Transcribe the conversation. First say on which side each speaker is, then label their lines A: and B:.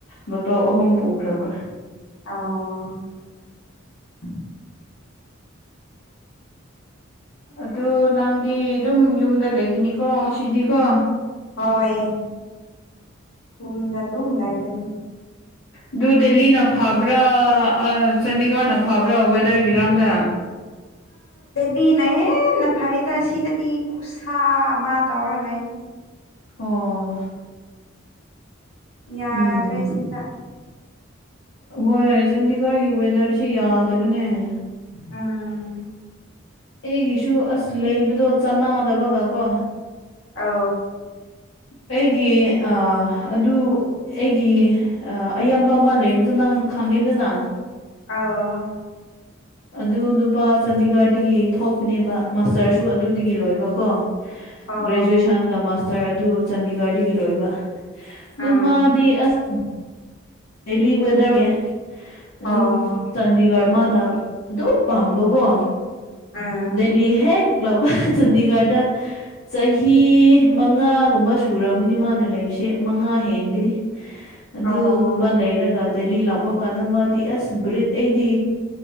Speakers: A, on the left (about 70°); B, on the left (about 85°).
A: ꯕꯣꯇꯣ ꯑꯍꯨꯝ ꯄꯨꯈ꯭ꯔꯕ
B: ꯑꯣ <unintelligible>
A: ꯑꯗꯨ ꯅꯪꯗꯤ ꯑꯗꯨꯝ ꯌꯨꯝꯗ ꯂꯩꯒꯅꯤꯀꯣ ꯁꯤꯗꯤꯀꯣ
B: ꯍꯣꯏ ꯀꯨꯝꯗ ꯑꯗꯨꯝꯅꯥꯏꯒꯅꯤ
A: ꯑꯗꯨ ꯗꯦꯜꯂꯤꯅ ꯐꯕ꯭ꯔꯥ ꯆꯥꯟꯗꯤꯒꯔꯅ ꯐꯕ꯭ꯔꯥ ꯋꯦꯗꯔ ꯏꯔꯝꯗ
B: ꯑꯅ ꯍꯦꯟꯅ ꯐꯩꯗ ꯁꯤꯗꯗꯤ ꯈꯨꯠꯁꯥ ꯑꯃ ꯇꯧꯔ ꯂꯩ
A: ꯑꯣ
B: ꯌꯥꯗ꯭ꯔꯦ
A: ꯎꯝ
B: ꯁꯤꯗ
A: ꯍꯣꯏ ꯆꯥꯟꯗꯤꯒꯔꯒꯤ ꯋꯦꯗꯔꯁꯤ ꯌꯥꯗꯕꯅꯦ
B: ꯎꯝ
A: <unintelligible> ꯑꯩꯒꯤꯁꯨ ꯑꯁ ꯂꯩꯕꯗꯣ ꯆꯅꯥꯗꯕꯒ ꯀꯣ
B: ꯑ
A: ꯑꯩꯒꯤ ꯑꯗꯨ ꯑꯩꯒꯤ ꯑꯌꯥꯝꯕ ꯑꯃ ꯂꯩꯕꯗꯣ ꯅꯪ ꯈꯪ ꯐꯪꯉꯤꯗꯨꯅ
B: ꯑ
A: ꯑꯗꯨ ꯅꯨꯄꯥ ꯆꯥꯟꯗꯤꯒꯔꯗꯒꯤ ꯊꯣꯛꯄꯅꯦꯕ ꯃꯥꯁꯇꯔꯁꯨ ꯑꯗꯨꯗꯒꯤ ꯂꯣꯏꯕꯀꯣ
B: ꯑꯣ
A: ꯒ꯭ꯔꯦꯖꯨꯑꯦꯁꯟꯒ ꯃꯥꯁꯇꯔ ꯑꯗꯨ ꯆꯥꯟꯗꯤꯒꯔꯗꯒꯤ ꯂꯣꯏꯕ ꯑꯗꯨꯗꯨꯃ
B: ꯑꯥ
A: ꯗ ꯑꯁ ꯗꯦꯂꯤ ꯋꯦꯗꯔꯅꯦ ꯑꯗꯨ
B: ꯑꯣ
A: ꯆꯥꯟꯗꯤꯒꯔ ꯃꯥꯅ ꯑꯗꯨꯝ ꯄꯥꯝꯕꯀꯣ
B: ꯎꯝ
A: ꯗꯦꯍꯤ ꯍꯦꯛ ꯂꯄ ꯆꯥꯟꯗꯤꯒꯔꯗ
B: <unintelligible>
A: ꯆꯍꯤ ꯃꯉꯥꯒꯨꯝꯕ ꯁꯨꯔꯝꯒꯅꯤ ꯃꯥꯅ ꯂꯩꯔꯤꯁꯦ ꯃꯉꯥ ꯍꯦꯟꯒꯅꯤ ꯑꯗꯨ
B: ꯑꯣ
A: ꯑꯗꯨꯒꯨꯝꯝꯕ ꯂ ꯂꯩꯔꯒ ꯗꯂꯤ ꯂꯥꯛꯄ ꯀꯥꯟꯗ ꯃꯥꯗꯤ ꯑꯁ ꯕ꯭ꯔꯤꯠ ꯑꯩꯗꯤ